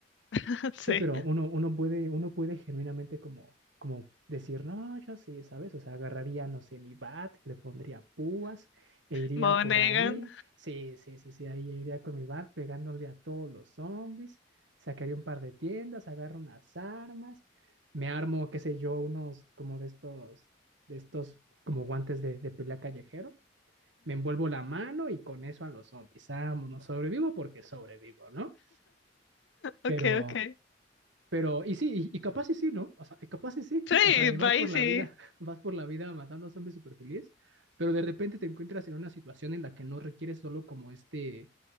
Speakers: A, on the left; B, on the right.
A: <laughs> Sí.
B: Sí, pero uno, uno puede, uno puede genuinamente como, como decir, no, yo sí, ¿sabes? O sea, agarraría, no sé, mi bat, le pondría púas e iría
A: Monegan
B: por ahí. Sí, sí, sí, sí, ahí iría con mi bat pegándole a todos los zombies. Sacaría un par de tiendas, agarro unas armas, me armo, qué sé yo, unos como de estos, de estos como guantes de, de pelea callejero. Me envuelvo la mano y con eso a los zombies. Vámonos, sobrevivo porque sobrevivo, ¿no? Pero...
A: Okay, okay.
B: Pero, y sí, y, y capaz y sí, ¿no? O sea, y capaz y sí.
A: Sí,
B: O sea, y
A: bye,
B: vas por la
A: sí.
B: vida, <laughs> vas por la vida matando a zombies súper feliz, pero de repente te encuentras en una situación en la que no requieres solo como este,